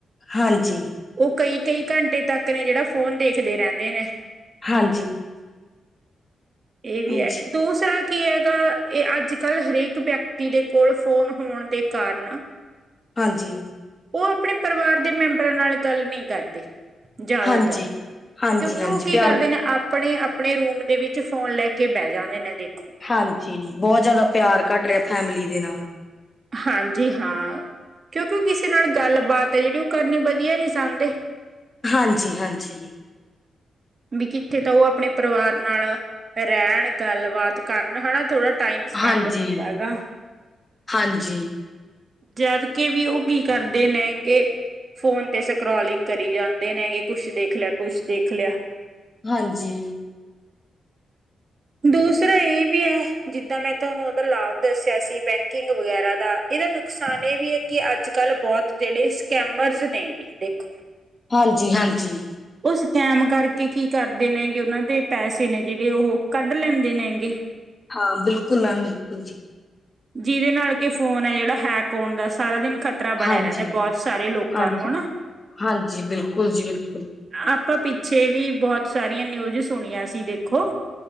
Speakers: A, on the left; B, on the right.
A: ਹਾਂਜੀ,
B: ਉਹ ਕਈ ਕਈ ਘੰਟੇ ਤੱਕ ਨੇ ਜਿਹੜਾ ਫੋਨ ਦੇਖਦੇ ਰਹਿੰਦੇ ਨੇ।
A: ਹਾਂ
B: ਇਹ ਵੀ
A: ਹਾਂਜੀ,
B: ਹੈ ਦੂਸਰਾ ਕੀ ਹੈਗਾ ਇਹ ਅੱਜ ਕੱਲ ਹਰੇਕ ਵਿਅਕਤੀ ਦੇ ਕੋਲ ਫੋਨ ਹੋਣ ਦੇ ਕਾਰਨ
A: ਹਾਂਜੀ।
B: ਉਹ ਆਪਣੇ ਪਰਿਵਾਰ ਦੇ ਮੈਂਬਰਾਂ ਨਾਲ ਗੱਲ ਨਹੀਂ ਕਰਦੇ। ਜ਼ਿਆਦਾਤਰ
A: ਹਾਂਜੀ। ਹਾਂਜੀ-ਹਾਂਜੀ
B: ਕਿਉਂਕਿ ਉਹ ਕੀ
A: ਪਿਆਰ
B: ਕਰਦੇ ਨੇ ਆਪ ਆਪਣੇ ਰੂਮ ਦੇ ਵਿੱਚ ਫੋਨ ਲੈ ਕੇ ਬਹਿ ਜਾਂਨਦੇ ਨੇ ।
A: ਹਾਂਜੀ ਬਹੁਤ ਜ਼ਿਆਦਾ ਪਿਆਰ ਘੱਟ ਰਿਹਾ ਫੈਮਲੀ ਦੇ ਨਾਲ।
B: ਹਾਂਜੀ ਹਾਂ ਕਿਉਂਕਿ ਕਿਸ ਤੇ ਨਾਲ ਗੱਲਬਾਤ ਹੈ ਜਿਹੜੀ ਉਹ ਕਰਨੀ ਵਧੀਆ ਨੀ ਸਮਦੇ।
A: ਹਾਂਜੀ ਹਾਂਜੀ।
B: ਵੀ ਕਿੱਥੇ ਤਾਂ ਉਹ ਆਪਣੇ ਪਰਿਵਾਰ ਨਾਲ ਰਹਿਣ ਗੱਲਬਾਤ ਕਰਨ ਹੈਨਾ ਥੋੜ੍ਹਾ ਟਾਈਮ ਸਪੈਂਡ
A: ਹਾਂਜੀ
B: ਹੁੰਦਾ ਹੈ ਗਾ।
A: ਹਾਂਜੀ
B: ਜਦ ਕੇ ਵੀ ਉਹ ਕੀ ਕਰਦੇ ਨੇ ਗੇ ਫੋਨ ਤੇ ਸਕਰੋਲਿੰਗ ਕਰੀ ਜਾਂਦੇ ਨੇਗੇ ਕੁਛ ਦੇਖ ਲਿਆ ਕੁਛ ਦੇਖ ਲਿਆ।
A: ਹਾਂਜੀ।
B: ਦੂਸਰਾ ਇਹ ਵੀ ਹੈ ਜਿੱਦਾਂ ਮੈਂ ਤੁਹਾਨੂੰ ਉਹਦਾ ਲਾਭ ਦੱਸਿਆ ਸੀ ਬੈਂਕਿੰਗ ਵਗੈਰਾ ਦਾ। ਇਹਦਾ ਨੁਕਸਾਨ ਇਹ ਵੀ ਹੈ ਕਿ ਅੱਜ ਕੱਲ ਬਹੁਤ ਜਿਹੜੇ ਸਕੈਮਰਜ਼ ਨੇਗੇ ਦੇਖੋ
A: ਹਾਂਜੀ-ਹਾਂਜੀ।
B: ਉਹ ਸਕੈਮ ਕਰਕੇ ਕੀ ਕਰਦੇ ਨੇਗੇ ਉਹਨਾਂ ਦੇ ਪੈਸੇ ਨੇ ਜਿਹੜੇ ਉਹ ਕੱਢ ਲੈਂਦੇ ਨੇ ਗੇ।
A: ਹਾਂ ਬਿਲਕੁਲ ਮੈਮ ਬਿਲਕੁਲ ਜੀ।
B: ਜਿਹਦੇ ਨਾਲ ਕਿ ਫੋਨ ਹੈ ਜਿਹੜਾ ਹੈਕ ਹੋਣ ਦਾ ਸਾਰਾ ਦਿਨ ਖ਼ਤਰਾ ਬਣਿਆ
A: ਹਾਂਜੀ
B: ਰਹਿੰਦੇ ਹੈ ਬਹੁਤ ਸਾਰੇ ਲੋਕਾਂ
A: ਹਾਂਜੀ
B: ਨੂੰ, ਹਨਾ।
A: ਹਾਂਜੀ ਬਿਲਕੁਲ ਜੀ ਬਿਲਕੁਲ
B: ਆਪਾਂ ਪਿੱਛੇ ਵੀ ਬਹੁਤ ਸਾਰੀਆਂ ਨਿਊਜ ਸੁਣੀਆਂ ਸੀ ਦੇਖੋ